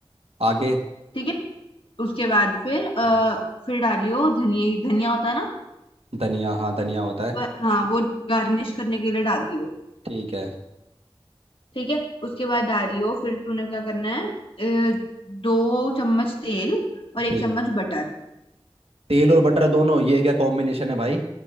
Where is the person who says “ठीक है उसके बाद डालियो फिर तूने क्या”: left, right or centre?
Left